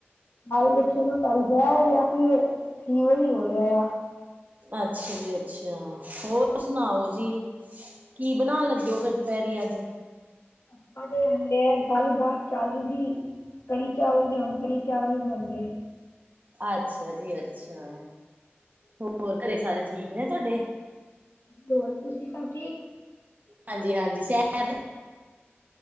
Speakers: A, on the left; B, on the right.
A: ਹਾਰੇੇ ਬੱਚੇ ਨੂੰ ਟਾਇਫਾਇਡ ਜਾਂ ਫਿਰ ਫੀਵਰ ਹੀ ਹੋ ਰਿਹਾ ਆ
B: ਅੱਛਾ ਜੀ ਅੱਛਾ ਹੋਰ ਸੁਣਾਓ ਜੀ ਕੀ ਬਣਾਉਣ ਲੱਗੇ ਹੋ ਫੇਰ ਦੁਪਹਿਰੇ ਅੱਜ
A: ਆਪਾਂ ਦੇ ਹਾਲੇ ਗੱਲ ਬਾਤ ਚੱਲ ਰਹੀ ਕੜੀ ਚਾਵਲ ਵੀ ਹੁਣ ਕੜੀ ਚਾਵਲ ਹੀ ਬਣ ਗਏ
B: ਅੱਛਾ ਜੀ ਅੱਛਾ ਹੋਰ ਘਰੇ ਸਾਰੇ ਠੀਕ ਨੇ ਤੁਹਾਡੇ
A: ਹੋਰ ਤੁਸੀਂ ਸਭ ਠੀਕ?
B: ਹਾਂਜੀ-ਹਾਂਜੀ, ਸੈਰ